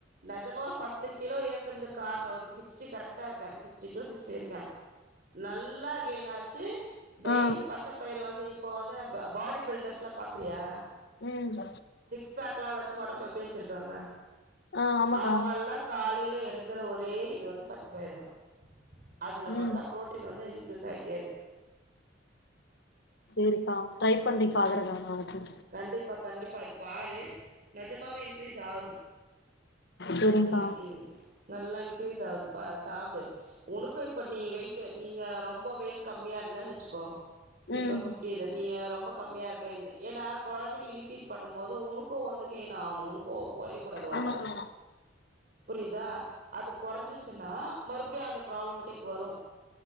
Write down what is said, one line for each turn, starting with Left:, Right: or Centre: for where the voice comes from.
Right: நெஜமா ஒரு பத்து கிலோ ஏத்துனது காரணோ இப்போ சிக்ஸ்டி கரெக்டா இருக்கே சிக்ஸ்டி டூ சிக்ஸ்டி இருக்கே நல்லா கேயின் ஆச்சு டெய்லி
Left: ஆ
Right: பச்ச பயறு வந்து இப்போ வந்து நா பாடி பில்டர்ஸ்லா பாக்குறியா
Left: ம்
Right: சிக்ஸ் பேக்லா வெச்சு ஒடம்பு எப்டி வெச்சிருக்காங்க
Left: ஆ ஆமாக்கா
Right: அவுங்க எல்லா காலையில எடுத் க்குற ஒரே இது வந்து பச்ச பயிறு தா அதுல
Left: ம்
Right: மட்டு தா ப்ரோட்டீன் வந்து இன்க்ரீஸ் ஆயிட்டே இருக்கு
Left: செரிக்கா ட்ரை பண்ணி
Right: ம்
Left: பாக்குற நா நாளைக்கு
Right: கண்டிப்பா கண்டிப்பா அது பாரு நெஜமாவே இன்கிரீஸ் ஆகுது
Left: சேரிங்க்கா
Right: ம் ம் நல்லா இன்கிரீஸ் ஆகுது சாப்டு உனக்கு இப்ப நீ வெயிட் நீங்க ரொம்ப வெயிட் கம்மியா இருந்தன் வச்சுக்கோ
Left: ம்
Right: இப்ப ஃபிப்டி இத நீ ரொம்ப கம்மியா இருக்க இந்த ஏன்னா கொழந்தைக்கி நீ ஃபீட் பண்ணும்போது உனக்கு வந்து கெயின் ஆகணு உனக்கு குறைய கூடாது உடம்பு
Left: ஆமாக்கா
Right: புரியுதா அது குறைஞ்சிச்சின்னா மறுபடியு அந்த ப்ராப்ளமேட்டிக் வரும்